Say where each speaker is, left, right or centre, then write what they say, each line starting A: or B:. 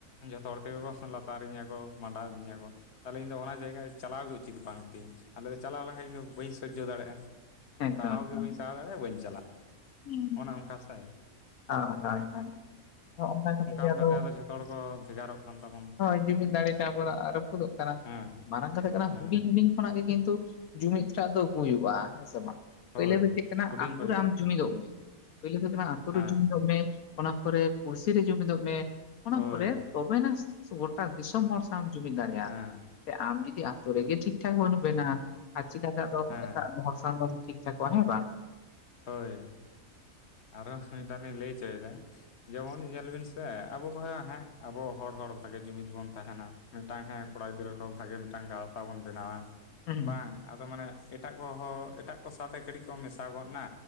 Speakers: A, on the left; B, on the left.
A: ᱡᱚᱛᱚ ᱦᱚᱲ ᱛᱮᱜᱮ ᱠᱚ ᱞᱟ ᱵᱮᱯᱟᱨᱤᱧᱟᱹ ᱠᱚ ᱢᱟᱸᱰᱟᱣ ᱤᱫᱤᱧ ᱟᱠᱚ ᱛᱟᱦᱚᱞᱮ ᱤᱧᱫᱚ ᱚᱱᱟ ᱡᱟᱭᱜᱟ ᱪᱟᱞᱟᱣ ᱜᱮ ᱩᱪᱤᱛ ᱵᱟᱝ ᱛᱤᱧ᱾ ᱟᱞᱮ ᱪᱟᱞᱟᱣ ᱞᱮᱱᱠᱷᱟᱡ ᱤᱧᱫᱚ ᱵᱟᱹᱧ ᱥᱚᱡᱡᱚ ᱫᱟᱲᱮᱭᱟᱜᱼᱟ
B: ᱮᱠᱫᱚᱢ
A: ᱥᱟᱦᱟᱣ
B: ᱮᱠᱫᱚᱢ
A: ᱜᱮ ᱵᱟᱹᱧ ᱥᱟᱦᱟᱣ ᱫᱟᱲᱮᱭᱟᱜᱼᱟ ᱵᱟᱹᱧ ᱪᱟᱞᱟᱜᱼᱟ᱾
B: ᱦᱩᱸ,
A: ᱚᱱᱮ ᱚᱱᱠᱟ ᱥᱮ
B: ᱦᱳᱭ, ᱦᱳᱭ᱾ ᱚᱱᱠᱟ ᱠᱟᱛᱮ ᱜᱮ
A: ᱚᱱᱠᱟᱛᱮ
B: ᱟᱫᱚ
A: ᱡᱷᱚᱛᱚ ᱦᱚᱲ ᱠᱚ ᱵᱷᱮᱜᱟᱨᱚᱜ ᱠᱟᱱ ᱛᱟᱵᱚᱱᱟ
B: ᱦᱳᱭ ᱡᱩᱢᱤᱫ ᱫᱟᱲᱮ ᱴᱟᱜ ᱟᱵᱚ ᱟᱨᱚ ᱨᱟᱯᱩᱫᱚᱜ ᱠᱟᱱᱟ
A: ᱦᱮᱸ
B: ᱢᱟᱨᱟᱝ ᱠᱟᱛᱷᱟ ᱠᱟᱱᱟ
A: ᱦᱮᱸ
B: ᱦᱩᱰᱤᱧ ᱦᱩᱰᱤᱧ ᱠᱷᱚᱱᱟᱜ ᱜᱮ ᱠᱤᱱᱛᱩ ᱡᱩᱢᱤᱫ ᱴᱟᱜ ᱫᱚ ᱦᱩᱭᱩᱜᱼᱟ ᱦᱮᱸ ᱥᱮ ᱵᱟᱝ
A: ᱦᱳᱭ
B: ᱯᱳᱭᱞᱳ ᱫᱚ ᱪᱮᱫ ᱠᱟᱱᱟ
A: ᱦᱩᱰᱤᱧ
B: ᱟᱛᱩ
A: ᱠᱷᱚᱡ
B: ᱨᱮ
A: ᱜᱮ
B: ᱟᱢ ᱡᱩᱢᱤᱫᱚᱜ ᱢᱮ ᱯᱳᱭᱞᱳ ᱫᱚ ᱦᱩᱭᱩᱜ ᱠᱟᱱᱟ ᱟᱛᱳ
A: ᱦᱮᱸ
B: ᱨᱮ ᱡᱩᱢᱤᱫᱚᱜ ᱢᱮ ᱚᱱᱟ ᱯᱚᱨᱮ ᱯᱩᱲᱥᱤ ᱨᱮ ᱡᱩᱢᱤᱫᱚᱜ ᱢᱮ᱾ ᱚᱱᱟ
A: ᱦᱳᱭ
B: ᱯᱚᱨᱮ ᱛᱚᱵᱮᱱᱟ ᱜᱳᱴᱟ ᱫᱤᱥᱚᱢ ᱦᱚᱲ ᱥᱟᱶ ᱡᱩᱢᱤᱫ ᱫᱟᱲᱮᱭᱟᱜᱼᱟ᱾
A: ᱦᱮᱸ
B: ᱟᱢ ᱡᱩᱫᱤ ᱟᱛᱳ ᱨᱮᱜᱮ ᱴᱷᱤᱠ ᱴᱷᱟᱠ ᱵᱟᱹᱱᱩᱜ ᱵᱮᱱᱟ ᱟᱨ ᱪᱤᱠᱟᱛᱮ ᱟᱫᱚ
A: ᱦᱮᱸ
B: ᱮᱴᱟᱜ ᱦᱚᱲ ᱥᱟᱣ ᱫᱚᱢ ᱴᱷᱤᱠ <unintelligible> ᱠᱚᱣᱟ ᱦᱮᱸ ᱵᱟᱝ?
A: ᱦᱳᱭ ᱟᱨᱚ ᱢᱤᱫᱴᱟᱝ ᱞᱤᱧ ᱞᱟᱹᱭ ᱪᱚᱭᱫᱟ ᱡᱮᱢᱚᱱ ᱧᱮᱞ ᱵᱤᱱ ᱥᱮ ᱟᱵᱚ ᱠᱷᱚᱱ ᱦᱮᱸ ᱟᱵᱚ ᱦᱚᱲ ᱦᱚᱲ ᱵᱷᱟᱜᱮ ᱡᱩᱢᱤᱫ ᱵᱚᱱ ᱛᱟᱦᱮᱱᱟ᱾ ᱢᱤᱫᱴᱟᱝ ᱦᱮᱸ ᱠᱚᱲᱟ ᱜᱤᱫᱽᱨᱟᱹ ᱠᱚ ᱵᱷᱟᱜᱮ ᱢᱤᱫᱴᱟᱝ ᱜᱟᱶᱛᱟ ᱵᱚᱱ ᱵᱮᱱᱟᱣᱟ
B: ᱦᱩᱸ
A: ᱾ᱵᱟᱝ ᱟᱫᱚ ᱢᱟᱱᱮ ᱮᱴᱟᱜ ᱠᱚᱦᱚᱸ ᱮᱴᱟᱜ ᱠᱚ ᱥᱟᱶᱛᱮ ᱠᱟᱴᱤᱡ ᱠᱚ ᱢᱮᱥᱟ ᱜᱚᱫ ᱱᱟ